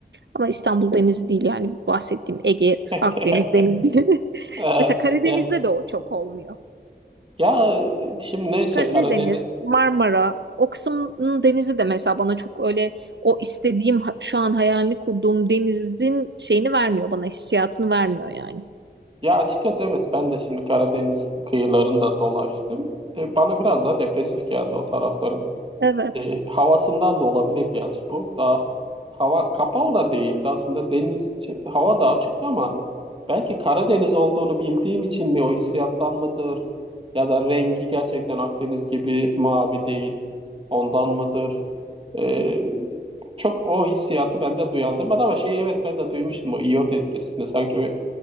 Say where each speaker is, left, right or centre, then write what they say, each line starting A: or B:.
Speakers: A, on the right; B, on the right.
A: Ama İstanbul Denizi değil yani bahsettiğim Ege,
B: <laughs>
A: Akdeniz Denizi. <laughs>
B: Evet.
A: Mesela Karadeniz'de
B: Ya,
A: de o çok olmuyor.
B: ya şimdi neyse
A: Karadeniz,
B: Karadeniz...
A: Marmara, o kısmın denizi de mesela bana çok öyle o istediğim ha- şu an hayalini kurduğum denizin şeyini vermiyor bana, hissiyatını vermiyor yani.
B: Ya açıkçası evet ben de şimdi Karadeniz kıyılarında dolaştım. E, bana biraz daha depresif geldi o tarafların.
A: Evet.
B: E, havasından da olabilir gerçi bu. Daha hava kapalı da değildi aslında deniz şey, hava da açıktı ama belki Karadeniz olduğunu bildiğim için mi o hissiyattan mıdır? Ya da rengi gerçekten Akdeniz gibi mavi değil. Ondan mıdır? E, çok o hissiyatı bende duyandırmadı ama şey evet ben de duymuştum o iot etkisinde sanki